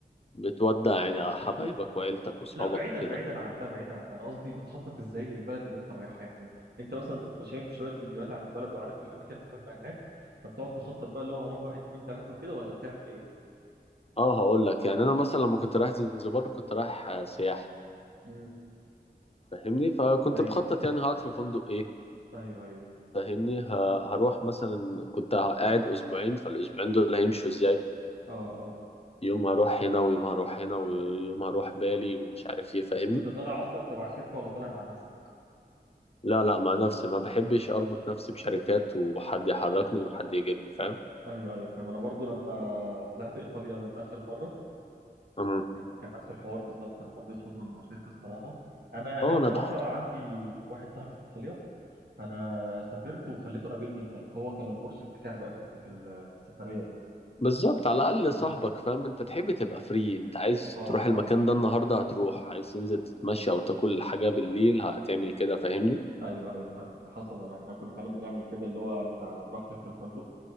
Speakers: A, on the left; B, on the right.
A: بتودع يعني حبايبك وعيلتك وصحابك
B: لا بعيدا
A: كده
B: بعيدا عن ده بعيدا عن ده انا قصدي بتخطط ازاي للبلد اللي انت رايحها يعني انت مثلا بتبقى شايف شويه فيديوهات عن البلد وعارف الاماكن المهمه هناك فبتقعد تخطط بقى اللي هو هروح واحد اتنين تلاته وكده ولا بتعمل ايه؟
A: اه هقول لك يعني انا مثلا لما كنت رايح زنزبار كنت رايح آه، سياحه
B: امم
A: فاهمني فكنت
B: ايوه
A: مخطط يعني هقعد في فندق ايه
B: ايوه ايوه
A: فاهمني ه- هروح مثلا كنت قاعد اسبوعين فالاسبوعين دول هيمشوا ازاي
B: اه اه
A: يوم هروح هنا ويوم هروح هنا ويوم هروح بالي ومش عارف ايه فاهمني
B: كنت طالع اصلا تبع شركه ولا طالع مع نفسك؟
A: لا لا مع نفسي ما بحبش اربط نفسي بشركات وحد يحركني وحد يجيبني فاهم
B: ايوه ايوه فاهم انا برضو لما طلعت ايطاليا لاخر مره
A: أمم.
B: كان كان نفس الحوار بالظبط انا ما رضيتش اطلع مع شركه الصراحه انا انا
A: اه
B: بصراحه
A: انا بح
B: عندي واحد صاحبي في ايطاليا فانا سافرت وخليته قابلني هناك هو كان المرشد بتاعي بقى في الس- في ال- في السفريه دي
A: بالظبط على الاقل صاحبك فاهم انت تحب تبقى فري انت عايز
B: اه
A: تروح المكان
B: اه
A: ده النهارده هتروح عايز تنزل تتمشى او تاكل حاجه بالليل هتعمل كده فاهمني
B: ايوه ايوه فاهم حصل انا احنا كنا فعلا بنعمل كده اللي هو انت براحتك في الفندق